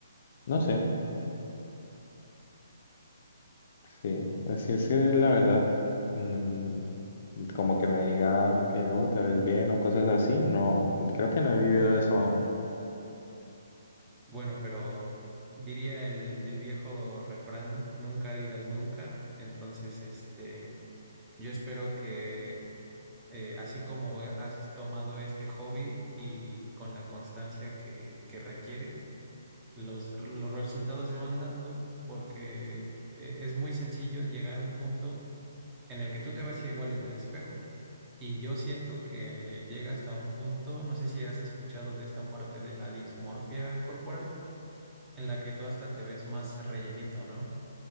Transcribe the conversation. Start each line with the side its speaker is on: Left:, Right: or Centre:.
Left: no sé, <laughs> sí, así es que la verdad, mm, como que me digan que oh, te ves bien o cosas así, no, creo que no he vivido eso aún.
Right: Bueno, pero diría el, el viejo refrán, nunca digas nunca. Entonces, este, yo espero que eh, así como has tomado este hobby y con la constancia que, que requiere, los, los resultados se van dando porque eh, es muy sencillo llegar a un punto en el que tú te vas igual en el espejo. Y yo siento que llega hasta un punto, no sé si has escuchado de esta parte de la dismorfia corporal en la que tú hasta te ves más rellenito, ¿no?